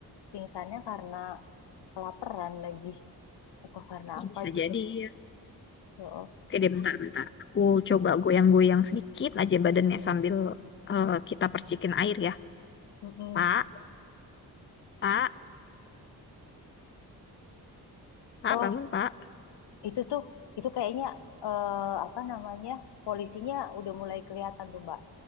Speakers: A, on the left (about 70°); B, on the left (about 30°).
A: pingsannya karena kelaparan lagi atau karena
B: Ya,
A: apa
B: Bisa
A: gitu.
B: jadi ya.
A: Oh,
B: Oke deh, bentar-bentar. Aku coba goyang-goyang sedikit aja badannya sambil eh, kita percikin air ya.
A: mm
B: Pak, Pak, Pak,
A: Oh,
B: bangun Pak.
A: itu tuh itu kayaknya eh, apa namanya polisinya udah mulai kelihatan tuh Mbak.